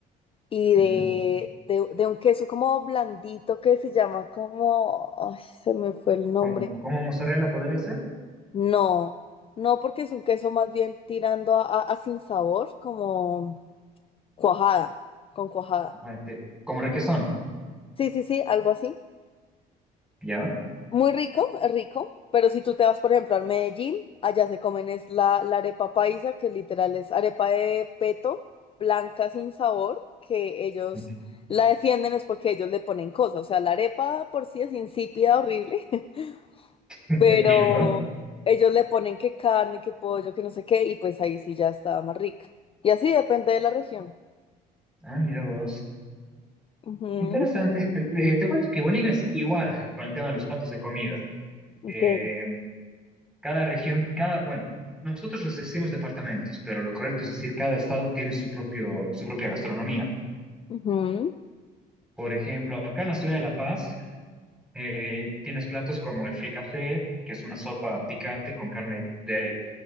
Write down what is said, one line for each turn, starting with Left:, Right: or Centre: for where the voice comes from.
Left: y de,
Centre: Ujú.
Left: de, de un queso como blandito que se llama como, ay, se me fue el nombre.
Centre: ¿Cómo, cómo mozzarella podría ser?
Left: No, no porque es un queso más bien tirando a, a- a sin sabor, como cuajada, con cuajada.
Centre: Ajá, entiendo. Como requesón,
Left: Sí, sí, sí, algo así.
Centre: ¿ya?
Left: Muy rico, es rico, pero si tú te vas, por ejemplo, a Medellín, allá se comen es la, la arepa paisa, que literal es arepa de peto, blanca sin sabor, que ellos
Centre: <laughs>
Left: la defienden es porque ellos le ponen cosas, o sea, la arepa por sí es insípida, horrible, <laughs>
Centre: Entiendo.
Left: pero ellos le ponen que carne, que pollo, que no sé qué, y pues ahí sí ya está más rica. Y así depende de la región.
Centre: Ah, mira vos.
Left: Ujú,
Centre: Interesante. Eh, te cuento que Bolivia es igual con el tema de los platos de comida.
Left: Ok.
Centre: Eh, cada región, cada, bueno, nosotros les decimos departamentos, pero lo correcto es decir, cada estado tiene su propio, su propia gastronomía.
Left: ujú.
Centre: Por ejemplo, acá en la ciudad de La Paz eh, tienes platos como el fricasé, que es una sopa picante con carne de,